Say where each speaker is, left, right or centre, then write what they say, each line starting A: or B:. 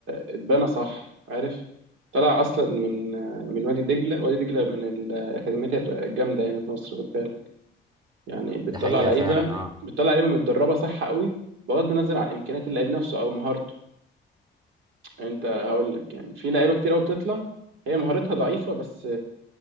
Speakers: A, on the right; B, on the right.
A: اتبنى صح عارف طلع أصلا من من وادي دجلة وادي دجلة من الأكاديميات الجامدة هنا في مصر خد بالك يعني بتطلع
B: ده حقيقة
A: لعيبة
B: فعلا اه
A: بتطلع لعيبة متدربة صح قوي بغض النظر عن إمكانيات اللعيب نفسه أو مهارته أنت هقول لك يعني في لعيبة كتير قوي بتطلع هي مهارتها ضعيفة بس